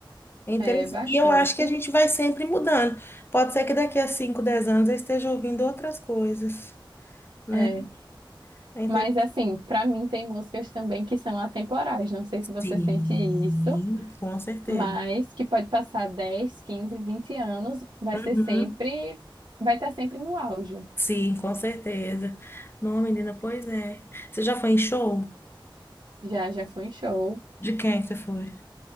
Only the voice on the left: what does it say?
É interessante.
E eu acho que a gente vai sempre mudando. Pode ser que daqui a cinco, dez anos eu esteja ouvindo outras coisas, né?
É interessante.
Sim,
com certeza.
Uhum.
Sim, com certeza. Não, menina, pois é. Você já foi em show?
De quem é que você foi?